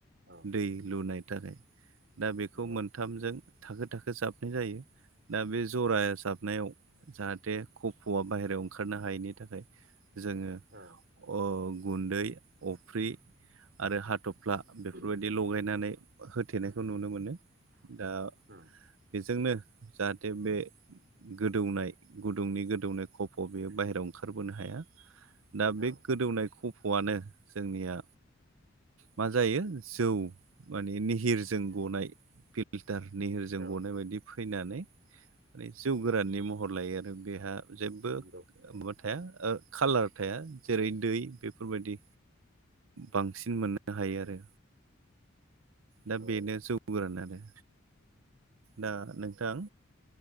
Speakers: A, on the right; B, on the right.
A: औ
B: दै लुनायनि थाखाय दा बेखौ
A: नंगौ
B: मोनथामजों थाखो थाखो जाबनाय जायो। दा बे जरा जाबनायाव जाहाथे खफुवआ बाहेरायाव ओंखारनो हायैनि थाखाय जोङो
A: औ
B: ओ गुन्दै अफ्रि आरो हाथब फ्ला बेफोरबायदि
A: उम
B: लगायनानै होथेनायखौ नुनो मोनो। दा
A: उम
B: बेजोंनो जाहाथे बे गोदौनाय गुदुंनि गोदौनाय खफ' बेयो बाहेरायाव ओंखारबोनो हाया। दा बे
A: औ
B: गोदौनाय खफ'आनो जोंनिया मा जायो जौ माने निहिरजों गनाय फिल्टार निहिर
A: औ
B: गनाय बायदि फैनानै माने जौ गोराननि महर लायो आरो। बेहा जेबो
A: नंगौ नंगौ
B: माबा थाया खाालार थाया जेरै दै बेफोरबायदि बांसिन मोननो हायो आरो। दा
A: औ
B: बेनो जौ गोरान आरो।
A: नंगौ
B: दा नोंथां